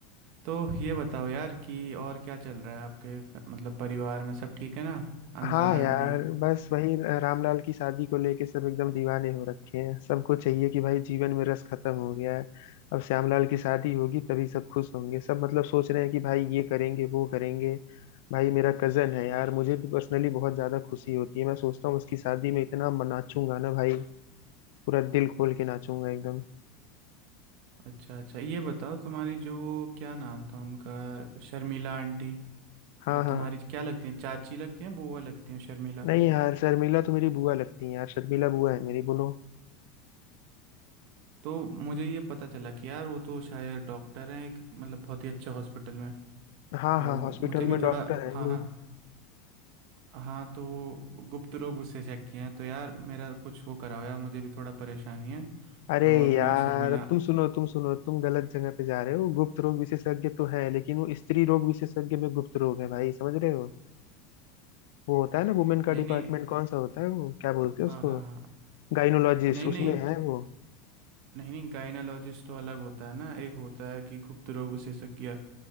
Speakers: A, on the right; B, on the left.
A: तो ये बताओ यार कि और क्या चल रहा है आपके फ- मतलब परिवार में सब ठीक है ना अंकल
B: हाँ
A: आंटी
B: यार बस वही रामलाल की शादी को लेके सब एकदम दीवाने हो रखे हैं सबको चाहिए कि भाई जीवन में रस खत्म हो गया है अब श्यामलाल की शादी होगी तभी सब खुश होंगे सब मतलब सोच रहे हैं कि भाई ये करेंगे वो करेंगे भाई मेरा कजन है यार मुझे भी पर्सनली बहुत ज्यादा खुशी होती है मैं सोचता हूँ उसकी शादी में इतना म- नाचूंगा ना भाई पूरा दिल खोल के नाचूंगा एकदम
A: अच्छा अच्छा ये बताओ तुम्हारी जो वो क्या नाम था उनका शर्मिला आंटी
B: हाँ
A: जो
B: हाँ
A: तुम्हारी क्या लगती है चाची लगती हैं बुआ लगती हैं शर्मिला
B: नहीं यार शर्मिला तो मेरी बुआ लगती है यार शर्मिला बुआ है मेरी बोलो
A: तो मुझे ये पता चला कि यार वो तो शायद डॉक्टर हैं एक मतलब बहुत ही अच्छे हॉस्पिटल में
B: हाँ
A: तो
B: हाँ हॉस्पिटल
A: मुझे भी
B: में डॉक्टर
A: थोड़ा
B: है
A: हाँ
B: वो
A: हाँ हाँ तो वो गुप्त रोग विशेषज्ञ हैं तो यार मेरा कुछ वो कराओ यार मुझे भी थोड़ा परेशानी है
B: अरे
A: तो अपनी
B: यार
A: शर्मिला
B: तुम सुनो तुम सुनो तुम गलत जगह पे जा रहे हो गुप्त रोग विशेषज्ञ तो है लेकिन वो स्त्री रोग विशेषज्ञ में गुप्त रोग है भाई समझ रहे हो वो होता है ना वुमेन का
A: नहीं
B: डिपार्टमेंट
A: नहीं
B: कौन सा होता है वो क्या बोलते हैं उसको
A: हाँ हाँ हाँ
B: गाइनोलॉजिस्ट
A: नहीं
B: उसमें
A: नहीं
B: है
A: तो-
B: वो
A: नहीं नहीं गायनोलॉजिस्ट तो अलग होता है ना एक होता है कि गुप्त रोग विशेषज्ञ